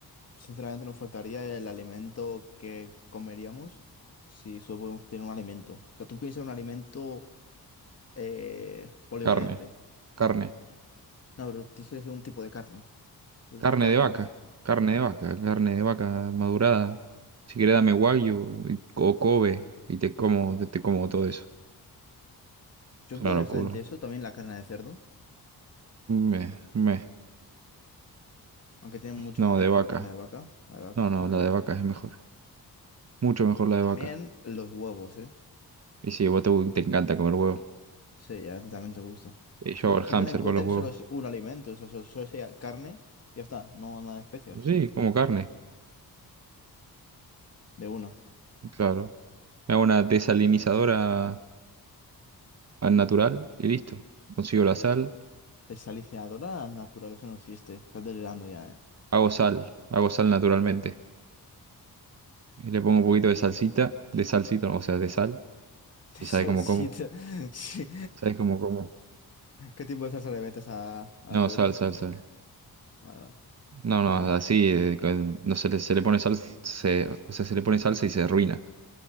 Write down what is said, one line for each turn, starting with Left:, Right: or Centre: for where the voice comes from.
Left: sinceramente, nos faltaría el alimento que comeríamos si solo podemos tener un alimento. O sea, tú piensas en un alimento eh, polivalente.
Right: Carne, carne,
Left: No, pero tienes que elegir un tipo de carne. Puedes
Right: carne
Left: decir carne
Right: de vaca,
Left: y ya está.
Right: carne de vaca, carne de vaca madurada. Si querés dame wagyu y- o Kobe y te como, te, te como todo eso.
Left: Yo
Right: Es una
Left: podría
Right: locura.
Left: estar entre eso, también la carne de cerdo,
Right: Me, me,
Left: aunque tiene mucha
Right: no,
Left: más grasa
Right: de vaca.
Left: que la carne de vaca. La de vaca,
Right: No, no,
Left: la
Right: la
Left: de vaca.
Right: de vaca es mejor, mucho mejor la de vaca.
Left: También los huevos, ¿eh?
Right: Y si vos te te encanta comer huevo.
Left: Sí, a ti también te gusta.
Right: Eh, yo
Left: Pero
Right: hago el hámster
Left: tú ten en cuenta
Right: con los
Left: que
Right: huevos.
Left: solo es un alimento, o sea, solo solo sería carne y ya está, no nada de especias,
Right: Sí, como carne,
Left: de una.
Right: claro. Me hago una desalinizadora al natural y listo. Consigo la sal,
Left: Desalinizadora de la naturaleza no existe. Estás delirando ya, ¿eh?
Right: hago sal, hago sal naturalmente. Y le pongo un poquito de salsita, de salsita, o sea, de sal.
Left: <laughs>
Right: Y
Left: Salsita.
Right: sabe cómo como.
Left: Sí.
Right: ¿Sabes cómo como?
Left: ¿Qué tipo de salsa le metes a, a
Right: No,
Left: las chuletas?
Right: sal, sal,
Left: No.
Right: sal.
Left: Vale, vale.
Right: No, no,
Left: Está bien.
Right: así, eh, con- no se le, se le pone sal, se, o sea, se le pone salsa y se arruina.